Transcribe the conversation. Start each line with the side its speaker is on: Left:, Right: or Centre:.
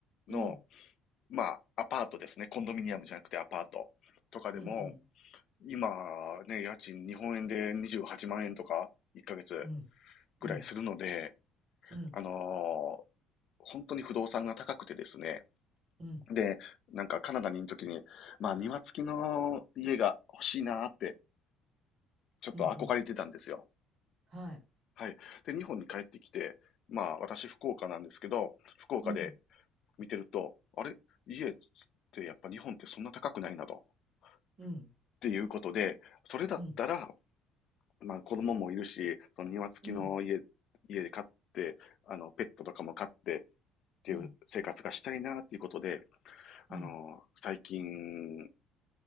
Left: の、
Right: うん、
Left: まあ、アパートですね。コンドミニアムじゃなくてアパートとかでも、
Right: うん、うん、
Left: 今ね、家賃日本円で28万円とか1ヶ月
Right: うん、うん、
Left: ぐらいするので、
Right: うん、
Left: あのー本当に不動産が高くてですね。
Right: うん、
Left: で、なんかカナダにいる時に、まあ庭付きの家が欲しいなーって、ちょっと憧れてたんですよ。
Right: うん、うんはい、
Left: はい。で、日本に帰ってきて、まあ私福岡なんですけど、福岡で
Right: うん、
Left: 見てると、あれ家ってやっぱ日本ってそんな高くないなと。
Right: うん、
Left: っていうことで、それだったら、
Right: うん。
Left: まあ子供もいるし、その庭付きの家、
Right: うん
Left: 家で飼って、あのペットとかも飼ってっていう生活がしたいなっていうことで、
Right: うん、
Left: あの、
Right: うん。
Left: 最近、